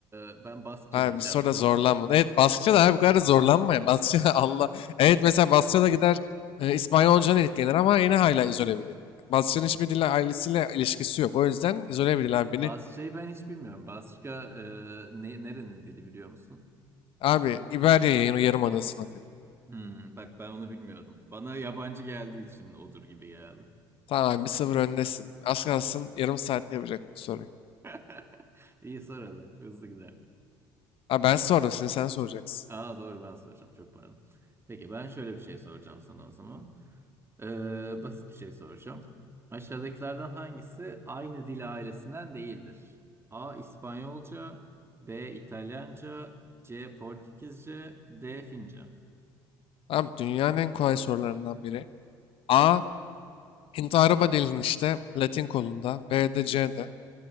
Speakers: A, on the right; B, on the left.
A: e, ben Basça
B: Ha,
A: diyeceğim.
B: bir soruda zorlanma. Evet Baskça da abi bu kadar da zorlanma ya. Baskça <laughs> Allah. Evet mesela Baskça da gider e, İspanyolcadan etkilenir ama yine hala izole bir dil. Baskça'nın hiçbir dille ailesiyle ilişkisi yok. O yüzden izole bir dil abi. Beni,
A: Basça'yı ben hiç bilmiyorum. Basça e, ne, nerenin dili biliyor musun?
B: abi İberya yayın o yarım adası'nın dili.
A: Hmm, bak ben onu bilmiyordum. Bana yabancı geldiği için odur gibi geldi.
B: Tamam abi bir sıfır öndesin. Az kalsın yarım saatte yapacaktın soruyu.
A: <laughs> İyi sor hadi. Hızlı gider.
B: Abi ben sordum şimdi sen soracaksın.
A: Aa doğru ben soracağım. Çok pardon. Peki ben şöyle bir şey soracağım sana o zaman. Ee, basit bir şey soracağım. Aşağıdakilerden hangisi aynı dil ailesinden değildir? A. İspanyolca B. İtalyanca C. Portekizce D. Fince
B: Abi dünyanın en kolay sorularından biri. A. Hint araba dilinin işte Latin kolunda. B de C de.